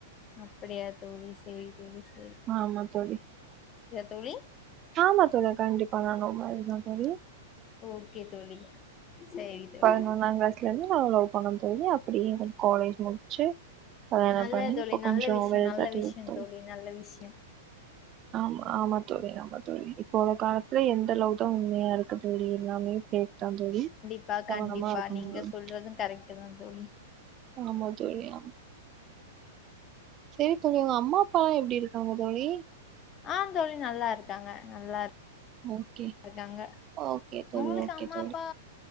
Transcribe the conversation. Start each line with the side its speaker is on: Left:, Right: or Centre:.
Left: அப்படியா தோழி சேரி ஏய் லூசு
Right: ஆமா தோழி
Left: தோழி?
Right: ஆமா தோழி கண்டிப்பா நா லவ் மேரேஜ் தா தோழி
Left: ஓகே தோழி சேரி தோழி
Right: பதினொன்னா க்ளஸ்ல இருந்து நா லவ் பண்ண தோழி அப் அப்படி காலேஜ் முடிச்சு கல்யாணம்
Left: நல்ல
Right: பண்ணி
Left: தோழி
Right: இப்ப கொஞ்சோ
Left: நல்ல விஷயம்
Right: வெல்‌
Left: நல்ல
Right: செட்டில்டு
Left: விஷயம்
Right: தோழி
Left: நல்ல விஷயம்
Right: ஆமா ஆமா தோழி‌ ஆமா தோழி இப்போ உள்ள காலத்துல எந்த லவ்தா ‌உண்மையா இருக்கு தோழி எல்லாமே ஃபேக் தா தோழி
Left: ப்பா
Right: கவனமா
Left: கண்டிப்பா
Right: இருக்கணும்
Left: நீங்க
Right: தோழி
Left: சொல்றது கரெக்ட்டுதான் தோழி
Right: ஆமா தோழி ஆம் செரி தோழி உங்க அம்மா அப்பால்லா எப்டி இருக்காங்க தோழி
Left: ஆ தோழி நல்லாருக்காங்க நல்லா
Right: ஓகே
Left: இருக்காங்க
Right: ஓகே தோழி
Left: உங்களுக்கு
Right: ஓகே
Left: அம்மா
Right: தோழி
Left: அப்பா